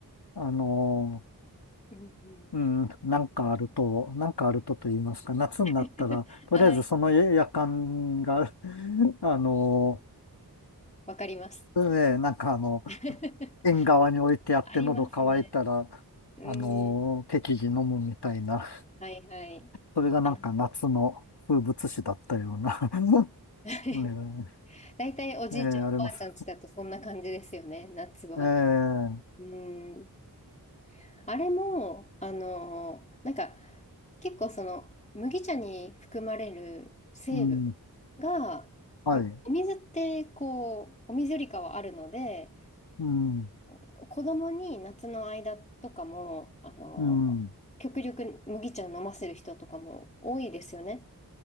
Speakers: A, on the left; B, on the left.
A: あの、
B: うんうん。
A: うん、なんかあると、なんかあるとと言いますか、夏になったら、
B: <laughs>
A: とりあえずその夜間が、
B: はい。
A: <laughs> あの、
B: わかります。
A: ね、なんかあの、
B: <laughs>
A: 縁側に置いてあって喉乾いたら、
B: ありますね。うん。
A: あの、適宜飲むみたいな、
B: はいはい。
A: それがなんか夏の風物詩だったような、
B: あの
A: <laughs>
B: <laughs>
A: ね
B: 大体おじいちゃんおばあちゃんちだとそんな感じですよね、
A: え、ええあります。
B: 夏は。
A: ええ
B: うん。あれも、あの、なんか結構その麦茶に含まれる成分
A: うん、
B: が、
A: はい、
B: んお水ってこう、お水よりかはあるので、
A: うん、
B: お子供に夏の間とかも、あの、
A: うん、
B: 極力麦茶を飲ませる人とかも多いですよね。